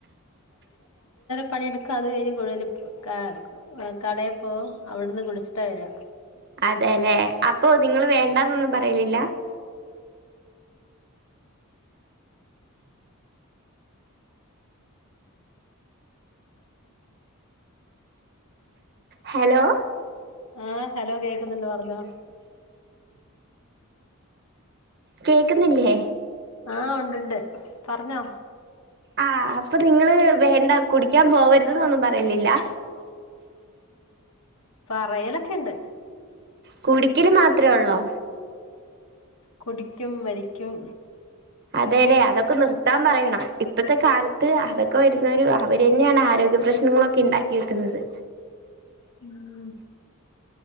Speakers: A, on the left; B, on the right.
A: പണിയെടുക്കുക അത് കഴിഞ്ഞ് കുഴി ക കടേ പോവും അവിടുന്ന് കുടിച്ചിട്ടാ വര്ക
B: അതെല്ലേ അപ്പൊ നിങ്ങള് വേണ്ടാന്നൊന്നും പ യ്യിലില്ലാ <inaudible> ഹലോ
A: ആ ഹലോ കേ ന്ന്ണ്ട് പറഞ്ഞോ
B: കേക്ക്ന്നില്ലേ
A: ആ ഉണ്ടുണ്ട് പറഞ്ഞോ
B: ആ അപ്പ നിങ്ങള് വേണ്ട കുടിക്കാൻ പോവര്ത് ന്നൊന്നും പറയിലില്ലാ
A: പറയലൊക്കെണ്ട്
B: കുടിക്കല് മാത്രേ ഒള്ളോ
A: കുടിക്കും വലിക്കും
B: അതേല്ലെ അതൊക്കെ നിർത്താൻ പറയണം ഇപ്പത്തെ കാലത്ത് അതൊക്കെ വരുന്നോര് അവര് തന്നെയാണ് ആരോഗ്യപ്രശ് നിങ്ങളെക്കെ ഉണ്ടാക്കി വെക്കുന്നത്
A: ഉം